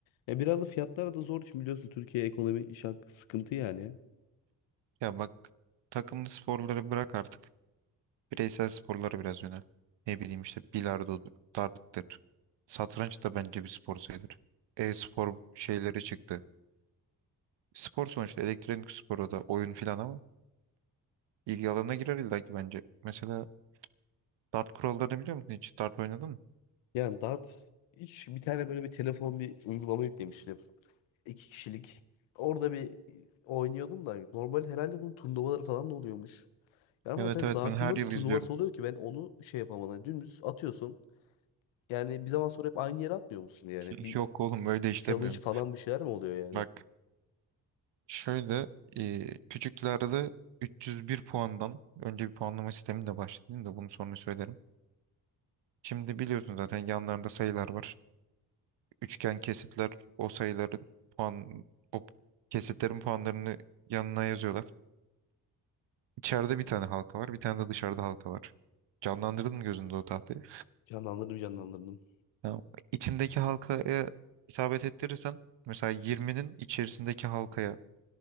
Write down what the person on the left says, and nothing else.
Ya biraz da fiyatlar da zor. Şimdi biliyorsun Türkiye ekonomi şak, sıkıntı yani.
Yani dart hiç bir tane böyle bir telefon bir uygulama yüklemiştim. iki kişilik. Orada bir oynuyordum da normal herhalde bunun turnuvaları falan da oluyormuş. Yani ama
zaten
dartın
nasıl
turnuvası
oluyor ki ben onu şey yapamadım. Yani dümdüz atıyorsun. Yani bir zaman sonra hep aynı yere atmıyor musun yani?
Bir
challenge falan bir şeyler mi oluyor yani?
Canlandırdım canlandırdım.